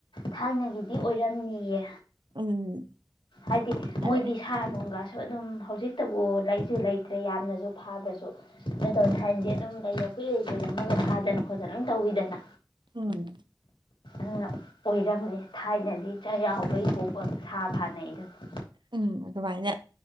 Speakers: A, on the left; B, on the right.
A: ꯊꯥꯏꯅꯒꯤꯗꯤ ꯑꯣꯏꯔꯝꯅꯤꯌꯦ꯫
B: ꯎꯝ
A: ꯍꯥꯏꯗꯤ ꯃꯣꯏꯗꯤ
B: ꯑꯗꯩ
A: ꯁꯥ ꯅꯨꯡꯒ꯫ ꯁꯨ ꯑꯗꯨꯝ ꯍꯧꯖꯤꯛꯇꯕꯨ꯫ ꯂꯩꯁꯨ ꯂꯩꯇ꯭ꯔꯦ ꯌꯥꯝꯅꯁꯨ꯫ ꯐꯥꯕꯁꯨ ꯅꯠꯇ‌꯭ꯔꯝ ꯊꯥꯏꯟꯗꯤ ꯑꯗꯨꯝ ꯂꯩꯔ ꯀꯨꯏꯂꯩ ꯂꯩꯔꯝꯃꯒ ꯐꯥꯗꯅ ꯈꯣꯠꯇꯅ ꯑꯗꯨꯝ ꯇꯧꯋꯤꯗꯅ꯫
B: ꯎꯝ꯫
A: ꯑꯗꯨꯅ ꯑꯣꯏꯔꯝꯅꯤ ꯊꯥꯏꯅꯗꯤ ꯆꯩꯔꯥꯎꯕꯩ ꯕꫭꯛꯄ ꯁꯥ ꯐꯥꯅꯩ ꯑꯗꯨꯅꯤ꯫
B: ꯎꯝ ꯑꯗꯨꯃꯥꯏꯅ